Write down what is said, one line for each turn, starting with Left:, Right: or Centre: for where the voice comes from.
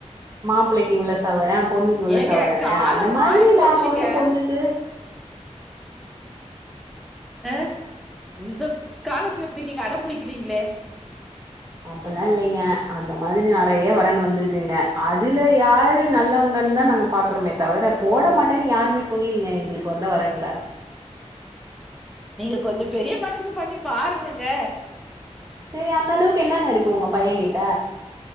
Right: மாப்பிள்ளைக்கு இவ்ளோ சவர பொண்ணுக்கு இவ்ளோ
Centre: ஏங்க
Right: சவரன்னு
Centre: காலம்
Right: அந்த மாதிரி
Centre: மாறி போச்சுங்க
Right: நாங்க வந்து பொண்ணுக்கு
Centre: அ இந்த காலத்துல இப்படி நீங்க அட புடிக்கிறீங்களே
Right: அப்டில்லா இல்லிங்க அந்த மாதிரி நிறைய வரன் வந்திருக்குங்க அதுல யாரு நல்லவங்கன்னு தா நாங்க பாக்குறோமே தவிர போட மாட்டேன்னு யாருமே சொல்லீங்க எங்களுக்கு வந்த வரன்ல
Centre: நீங்க கொஞ்சோ பெரிய மனசு பண்ணி பாருங்கங்க
Right: செரி அந்த அளவுக்கு என்னங்க இருக்கு உங்க பையங்கிட்ட